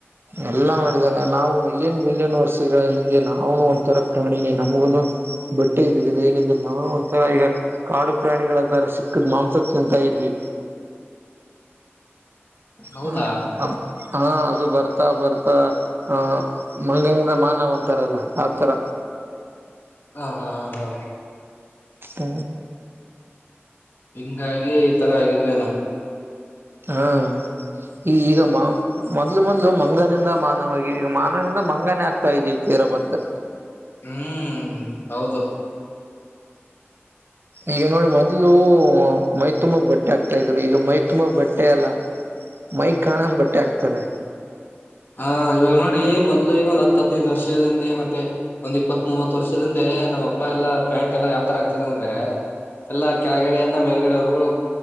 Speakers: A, on the right; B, on the left.
A: ಎಲ್ಲಾ ಮಾಡಿದ್ದಾರೆ ನಾವು ಮಿಲಿಯನ್ ಬಿಲಿಯನ್ ವರ್ಷಗಳ ಹಿಂದೆ ನಾವುನು ಒಂಥರ ಪ್ರಾಣಿನೇ ನಮ್ಗುನು ಬಟ್ಟೆ ಇದ್ದಿದ್ದಿಲ್ಲ ಏನಿದ್ದಿಲ್ಲ ನಾ ಒಂದ್ಸಲ ಈಗ. ಕಾಡು ಪ್ರಾಣಿಗಳ ತರ ಸಿಕ್ಕಿದ ಮಾಂಸ ತಿಂತ ಇದ್ವಿ.
B: ಹೌದಾ
A: ಹ ಹಾ ಅದು ಬರ್ತಾ ಬರ್ತಾ ಹ. ಮಂಗನಿಂಗ ಮಾನವ ಅಂತಾರಲ್ಲ ಆತರ.
B: ಹಾ ಹಾ ಹಾ ಹಾ
A: ಹ
B: ಹಿಂಗಾಗಿ ಈ ತರ ಆಗಿದ್ವೇನೋ.
A: ಹಾ ಈ ಈಗ ಮ ಮೊದ್ಲು ಮೊದ್ಲು ಮಂಗನಿಂದ ಮಾನವ ಆಗಿ ಈ ಮಾನವನಿಂದ ಮಂಗನೇ ಆಗ್ತಾ ಇದಿವಿ ತೀರ ಮತ್ತೆ.
B: ಹ್ಮ್ ಹೌದು.
A: ಈಗ ನೋಡಿ ಮೊದ್ಲು ಮೈ ತುಂಬಾ ಬಟ್ಟೆ ಆಕ್ತ ಇದ್ರು ಈಗ ಮೈ ತುಂಬಾ ಬಟ್ಟೆ ಅಲ್ಲ. ಮೈ ಕಾಣಂಗ್ ಬಟ್ಟೆ ಆಕ್ತಾರೆ.
B: ಹಾ ಇವಾಗ ನೋಡಿ ಮೊದ್ಲು ಈಗ ಒಂದ್ ಹತ್ ಹದಿನೈದು ವರ್ಷದಿಂದೆ ಮತ್ತೆ ಒಂದ್ ಇಪ್ಪತ್ತ್ ಮೂವತ್ ವರ್ಷದಿಂದೆ ನಮ್ ಅಪ್ಪ ಎಲ್ಲ ಪ್ಯಾಂಟ್ ಎಲ್ಲಾ ಯಾವ್ ತರ ಆಕ್ತ ಇದ್ರು ಅಂದ್ರೆ. ಎಲ್ಲಾ ಕೆಳಗಡೆಯಿಂದ ಮೇಲ್ಗಡೆವರೆಗೂ